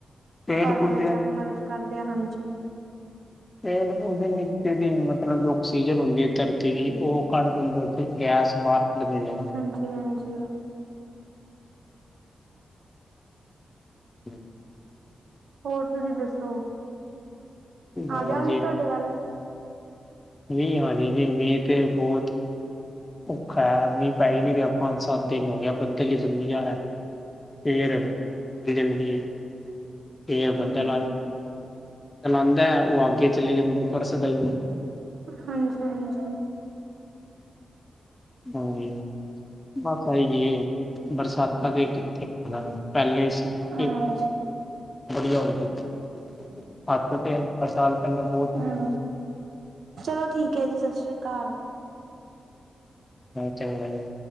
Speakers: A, on the left; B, on the right.
A: ਪੇੜ
B: ਕਰਨ
A: ਪੌਦੇ
B: ਵਿੱਚ ਅ ਮਦਦ ਕਰਦੇ ਹਨ ਜੀ।
A: ਪੇੜ ਪੌੇਦੇ ਮਿੱਟੀ ਦੀ ਮਤਲਬ ਜੋ ਔਕਸੀਜਨ ਹੁੰਦੀ ਏ ਧਰਤੀ ਦੀ, ਓਹ ਕੱਢ ਦਿੰਦੇ ਓਥੇ ਗੈਸ ਬਾਰ। ਲੱਭੇਲੈਗਮ
B: ਹਾਂਜੀ, ਹਾਂਜੀ।
A: <inaudible>
B: ਹੋਰ ਤੁਸੀਂ ਦੱਸੋ, ਆ
A: ਹਾਂਜੀ
B: ਜਾ ਮੈ ਤੁਆਡੇ ਵੱਲ।
A: ਨੀ ਹਜੀ ਨੀ, ਮੀ ਤੇ ਬੋਤ ਔਖਾ ਵੀ ਬਾਈ ਜਿਹੜਾ ਪੰਜ-ਸੱਤ ਦਿਨ ਹੋ ਗਏ ਬੱਦਲ ਹੀ ਚਲੀ ਜਾਣਾ,
B: ਅੱਛਾ
A: ਫੇਰ ਪਿਘਲ ਗੀ ਏ, ਫੇਰ
B: ਹਾਂਜੀ
A: ਬੱਦਲ ਆ ਗਏ, ਬੱਦਲ ਆਂਦਾ ਓਹ ਅੱਗਗੇ ਚੱਲੇ ਜਾਂਦ ਬਰਸਦਾ ਈ ਨੀ,
B: ਕੋਈ ਖਾਸ ਗੱਲ ਨਹੀ ਜੇ,
A: ਹੋਰ ਬਸ ਆਹੀ ਜੀ ਏ। ਬਰਸਾਤਾਂ ਦੇ ਕਿੱਥੇ <unintelligible> ਪੈਲੇ
B: ਹਾਂਜੀ
A: ਈ <unintelligible> ਬੜੀ ਆਉਂਦੀ ਸਾਤੋ ਤੇ ਏਨ ਬਰਸਾਤ ਪੈਲਾਂ ਬੋਤ ਮੀਂਹ,
B: ਹਾਂਜੀ ਚਲੋ ਠੀਕ ਹੈ ਜੀ, ਸਤ ਸ਼੍ਰੀ ਕਾਲ।
A: ਹੈ ਚੰਗਾ ਜੀ।